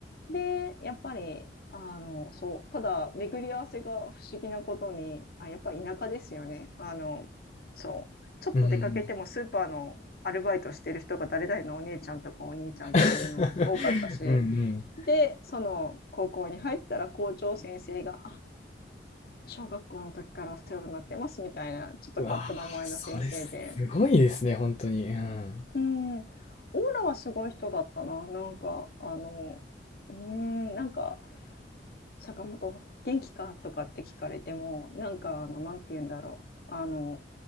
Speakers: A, on the left; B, on the left.
A: で、やっぱり、あの、そう、ただ、巡り合わせが不思議なことに、あ、やっぱり田舎ですよね。あの、そう、ちょっと出かけてもスーパーのアルバイトしてる人が誰々のお姉ちゃんとかお兄ちゃんとかいうのも多かったし、
B: うん。<laughs> うんうん
A: で、その高校に入ったら校長先生が、あ、小学校の時からお世話になってますみたいな、ちょっと変わった名前の先生で、
B: うわあ、それすごいですね、本当に。うん。
A: うん、オーラはすごい人だったな。なんか、あの、うん、なんか、坂本、元気かとかって聞かれても、なんか、あの、なんて言うんだろう。あの、